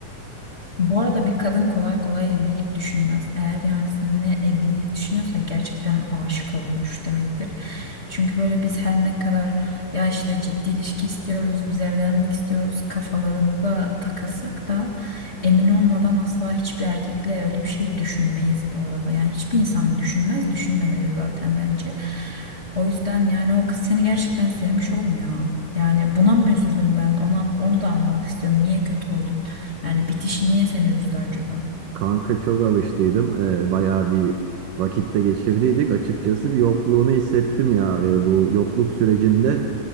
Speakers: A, on the left (about 25°); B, on the right (about 75°).
A: Bu arada bir kadın kolay kolay evlilik düşünmez. Eğer yani seninle evlilik düşünüyorsa gerçekten aşık olmuş demektir. Çünkü böyle biz her ne kadar ya işte ciddi ilişki istiyoruz, biz evlenmek istiyoruz kafalarında takılsak da emin olmadan asla hiçbir erkekle öyle bir şey düşünmeyiz bu arada. Yani hiçbir insan düşünmez, düşünmemeli zaten bence. O yüzden yani o kız seni gerçekten sevmiş oğlum ya. Yani buna mı üzüldüm ben? Ona, onu da anlamak istiyorum. Niye kötü oldun? Yani bitişi niye seni üzdü acaba?
B: Kanka çok alıştıydım. Ee, bayağı bir vakitte geçirdiydik. Açıkçası bir yokluğunu hissettim ya Ee, bu yokluk sürecinde.